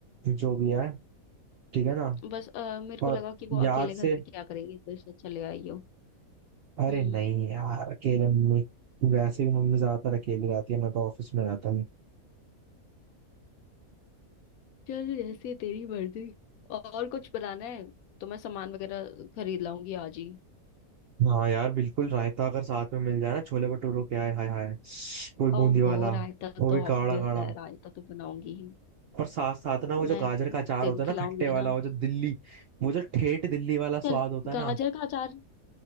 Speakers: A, on the right; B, on the left.
A: जो भी है ठीक है ना
B: बस अ, मेरे को
A: और
B: लगा कि वो
A: याद
B: अकेले
A: से
B: घर पे क्या करेंगे तो इससे अच्छा ले आइयो
A: अरे
B: हम्म
A: नहीं यार अकेले मम्मी वैसे भी मम्मी ज्यादातर अकेली रहती है मैं तो ऑफिस में रहता हूँ
B: चल जैसे तेरी मर्जी और कुछ बनाना है तो मैं सामान वगैरह खरीद लाऊंगी आज ही
A: हाँ यार बिल्कुल रायता अगर साथ में मिल जाए ना छोले भटूरों के आए हाय हाय कोई बूंदी
B: ओ
A: वाला
B: हो रायता
A: वो
B: तो
A: भी
B: ऑब्वियस
A: गाढ़ा गाढ़ा
B: है रायता तो बनाऊंगी ही
A: और साथ साथ ना वो जो
B: मैं
A: गाजर का
B: तेरे
A: अचार होता
B: को
A: है ना
B: खिलाऊंगी
A: खट्टे वाला
B: ना
A: वो जो दिल्ली वो जो ठेठ दिल्ली वाला स्वाद
B: चल
A: होता है ना
B: गाजर का अचार